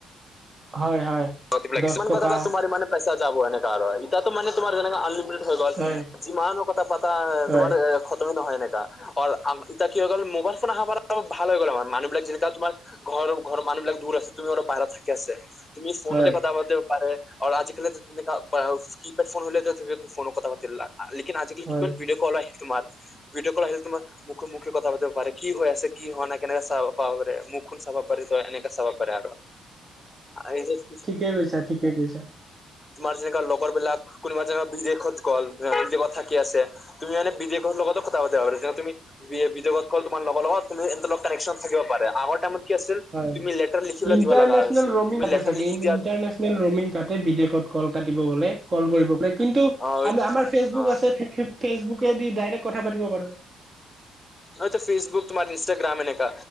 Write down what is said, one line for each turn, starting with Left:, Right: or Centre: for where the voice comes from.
Right: হয়। হয়
Left: অ কিব লাগিছিল,
Right: দহ
Left: কিছুমান
Right: টকা
Left: কথাটো তোমাৰ মানে পইচা যাব হেনেকা আৰু ইতিয়াটো মানে তোমাৰ যেনেকা অনলিমি হৈ গল,
Right: হয়
Left: যিমানো কথা পাতা
Right: হয়
Left: তোমাৰ এ খতমে নহয়। এনে তা অল আমি এতিয়া কি হৈ গ'ল মোবাইল ফোন আহাৰ পৰা ভাল হৈ গ'ল আমাৰ মানুহবিলাক যেনেকা তোমাৰ ঘৰ ঘৰ মানুহবিলাক দুৰ আছে তুমি অলপ বাহিৰত থাকি আছে। ফোনোতে
Right: হয়
Left: কথা পাতিব পাৰে আৰু আজিকালিৰ যে যেনেকা ব্ৰাউচ কিপেড ফোন হলেটো ফোনো কথা পাতি লাগ আজি আজিকাল
Right: হয়
Left: কিমান ভিডঅ কল আহে। তোমাৰ ভিডিঅ' কল আহে তোমাৰ মুখে মুখে কথা পাতিব পাৰে কি হৈ আছে কি হোৱা নাই কেনেকে চাব পাৰে। মুখ চাবা পাৰি এনেকে চাবা পাৰি আৰু এই যে।
Right: ঠিকে কৈছা ঠিকে কৈছা।
Left: তোমাৰ যেনেকুৱা লগৰ বিলাক কোনোবা যেনেকুৱা বিদেশত গ'লা থাকি আছে তুমি মানে বিদেশত। লগত কথা পাব পাৰে তুমি বিদেশৰ ক'ত তোমাৰ লগৰ তুমি এ কানকশ্যন থাকিব পাৰে আগৰ তাইমত। আছে
Right: হয়
Left: তুমি লেট লিখিব
Right: ইণ্টাৰনেচনেল
Left: দিব লাগ আছিল
Right: ৰমিং
Left: তুমি
Right: কাটে
Left: লেট
Right: চাগে
Left: লিখিব।
Right: ইণ্টাৰনেচনেল ৰমিং কাট বিদেশত কল কাটিব গলে কল কৰিব। কিন্তু
Left: অ
Right: আমি আমাৰ ফেচবুক
Left: অ
Right: আছে ফেচবুকেদি ডাইৰেক্ কথা পাতিব পাৰো।
Left: ন ফেচবুক তোমাৰ ইনষ্টাগ্ৰামে এনেকা।